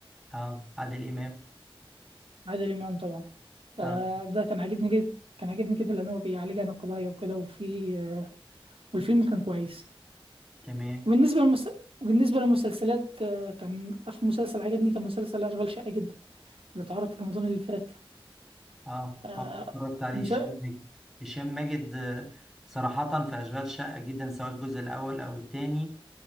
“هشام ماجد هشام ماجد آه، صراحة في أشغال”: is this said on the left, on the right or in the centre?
Centre